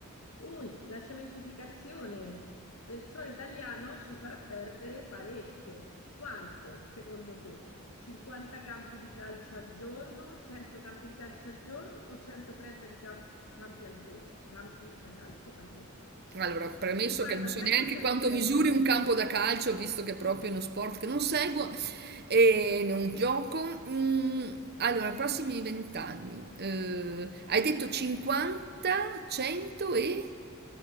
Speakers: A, on the left; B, on the right.
A: ui, la cementificazione del suolo italiano ci farà perdere parecchio. Quanto, secondo te? 50 campi di calcio al giorno, 100 campi di calcio al giorno o 130 di cam- campi al giorno? Campi da calcio al giorno.
B: Allora, premesso
A: 50,
B: che non so
A: 100
B: neanche
A: o 130?
B: quanto misuri un campo da calcio, visto che è proprio uno sport che non seguo e non gioco. Mm, allora, prossimi vent'anni. Eh, hai detto 50, 100 e...